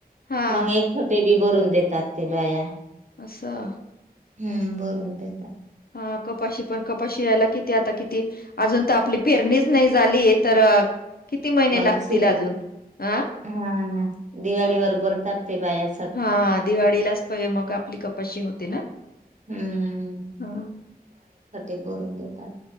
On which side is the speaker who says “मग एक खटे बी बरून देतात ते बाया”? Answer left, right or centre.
Right